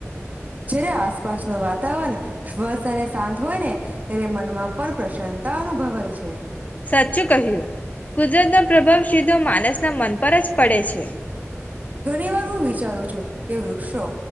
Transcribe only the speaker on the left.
સાચું કહ્યું કુદરતનો પ્રભાવ સીધો માનસના મન પર જ પડે છે.